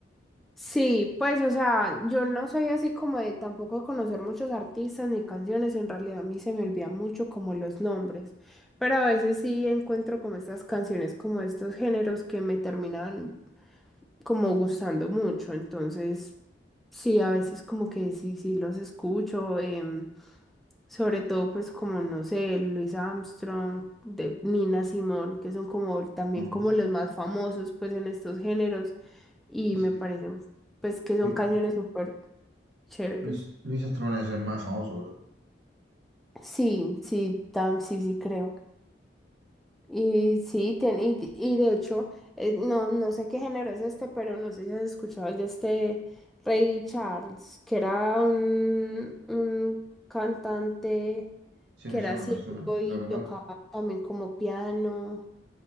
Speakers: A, in the centre; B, on the right.
A: sí, pues o sea, yo no soy así como de tampoco conocer muchos artistas ni canciones, en realidad a mí se me olvidan mucho como los nombres, pero a veces sí encuentro como estas canciones, como estos géneros que me terminan como gustando mucho, entonces... Sí, a veces como que sí, sí los escucho, em, sobre todo pues como, no sé, Louis Armstrong, de Nina Simone, que son como también
B: Ujú.
A: como los más famosos pues en estos géneros y
B: Sí,
A: me
B: sí.
A: parecen pues que son
B: Lu-
A: canciones súper chéveres.
B: Luis, Luis Astrón es el más famoso, ¿verdad?
A: Sí, sí, tam, sí, sí creo Y sí, ten y, y de hecho, eh, no, no sé qué género es este, pero no sé si has escuchado el de este Ray Charles, que era un, un cantante
B: Sí,
A: que
B: me
A: era
B: suena,
A: ciego
B: me suena.
A: y
B: Lo conozco.
A: tocaba también como piano,